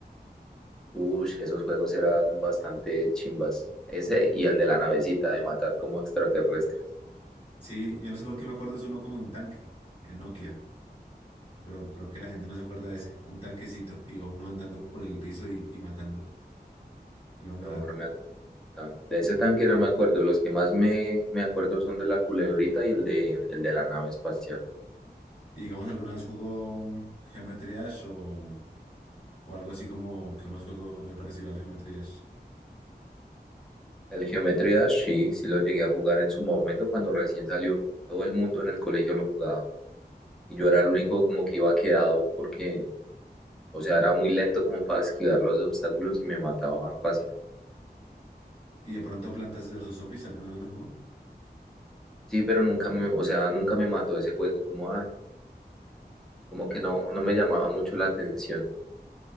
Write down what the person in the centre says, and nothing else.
Uy, esos juegos eran bastante chimbas. Ese y el de la navecita de matar como extraterrestres.
No, no me acuerdo. tan- De ese tanque no me acuerdo. Los que más me, me acuerdo son de la culebrita y el de, el de la nave espacial.
El Geometry Dash, sí, sí lo llegué a jugar en su momento cuando recién salió. Todo el mundo en el colegio lo jugaba. Y yo era el único como que iba quedado porque, o sea, era muy lento como para esquivar los obstáculos y me mataba fácil.
Sí, pero nunca me, o sea, nunca me mató ese juego. Como, ah, como que no, no me llamaba mucho la atención.